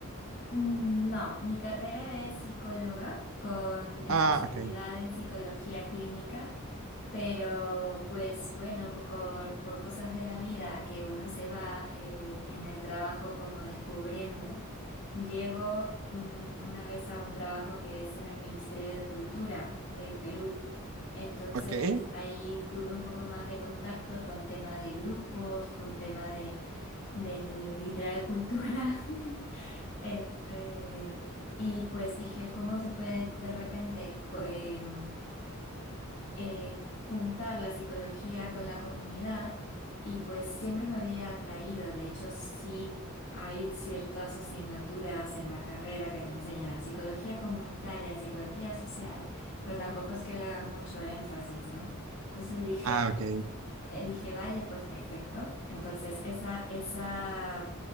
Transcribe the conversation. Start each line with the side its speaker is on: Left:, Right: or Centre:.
Left: Mm, No, mi carrera es psicóloga con especialidad
Right: Ah, ok,
Left: en psicología clínica, pero pues bueno, por, por cosas de la vida que uno se va eh, en el trabajo como descubriendo, llego un- una vez a un trabajo que es en el Ministerio de Cultura del Perú. Entonces
Right: ok.
Left: ahí tuve un poco más de contacto con tema de grupos, con tema de, de literal cultura. Este, y pues dije, ¿cómo se puede de repente co- em, eh, juntar la psicología con la comunidad? Y pues siempre me había atraído, de hecho sí hay ciertas asignaturas en la carrera que te enseñan psicología comunitaria, psicología social, pero tampoco es que le hagan mucho énfasis, ¿no? Entonces dije,
Right: Ah, ok.
Left: eh, dije, vale, pues perfecto. Entonces, esa, esa,